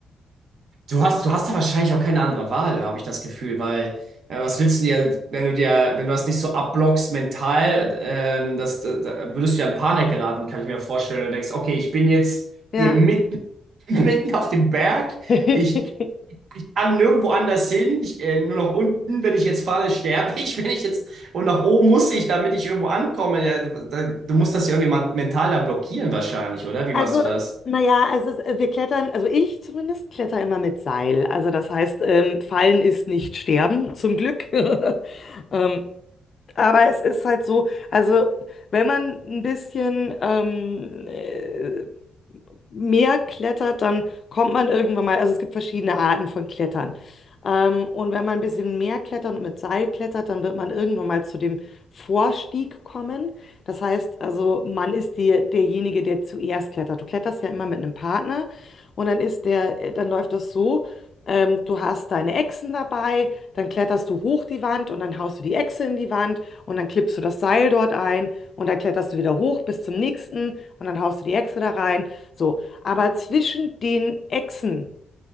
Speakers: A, on the right; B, on the left.
A: Du hast, du hast da wahrscheinlich auch keine andere Wahl, habe ich das Gefühl, weil äh, was willst du dir, wenn du dir, wenn du das nicht so abblockst mental, ähm, das, da, da würdest du ja in Panik geraten, kann ich mir vorstellen. Du denkst, okay, ich bin jetzt
B: Ja.
A: hier mitten, <laughs> mitten auf dem Berg,
B: <laughs>
A: ich, ich kann nirgendwo anders hin, ich, äh, nur nach unten, wenn ich jetzt falle, sterbe ich, <laughs> wenn ich jetzt, und nach oben muss ich, damit ich irgendwo ankomme. Ja, da, du musst das ja irgendwie man- mental da blockieren wahrscheinlich, oder? Wie
B: Also,
A: machst du das?
B: naja, also es, äh, wir klettern, also ich zumindest kletter immer mit Seil. Also das heißt, ähm, fallen ist nicht sterben, zum Glück. <laughs> Ähm, aber es ist halt so, also wenn man ein bisschen ähm, äh, mehr klettert, dann kommt man irgendwann mal, also es gibt verschiedene Arten von Klettern. Ähm, und wenn man ein bisschen mehr klettert und mit Seil klettert, dann wird man irgendwann mal zu dem Vorstieg kommen. Das heißt, also man ist die, derjenige, der zuerst klettert. Du kletterst ja immer mit einem Partner und dann ist der, äh, dann läuft das so. Ähm, du hast deine Echsen dabei, dann kletterst du hoch die Wand und dann haust du die Echse in die Wand und dann klippst du das Seil dort ein und dann kletterst du wieder hoch bis zum nächsten und dann haust du die Echse da rein. So, aber zwischen den Echsen,